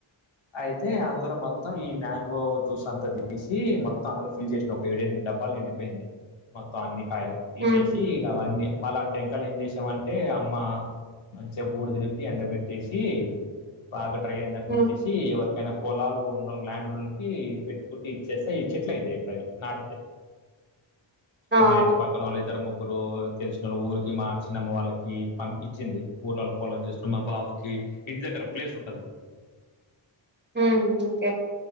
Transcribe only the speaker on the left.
అయితే అందులో మొత్తం ఈ మ్యాంగో జ్యూస్ అంతా తీసి మొత్తం అందులో ఫిల్ చేసిన ఒక ఏడేమి డబ్బాలు నిండిపోయింది మొత్తం అన్ని కాయలు తీసేసి
ఇ అవన్నీ మళ్ళా టెంకాలు ఏం చేసేవాళ్ళం మంటే అమ్మ మంచిగా బూడుతిరుది ఎండ పెట్టేసి బాగా ట్రై అయి్యందాంచ
ఎవరికైనా పొలాలు ఉండ ల్యాండ్ ఉండకి పెట్టుకుంటటి ఇచ్చేస్తేయి చెట్లు అయితాయి ఇప్పుడు అవి నాటితే
అ మా ఇంటి పక్కన వాళ్ళు ఇద్దరు ము ఇరు తెలిసుినళ్ళు ఊరికి మా చిన్నమ్మ వాళ్ళకి పంపి ఇచ్చింది ఊర్లలో పొలం చేసుకు మా బావకి ఇంటి దగ్గర ఒక ప్లేస్ ఉంటది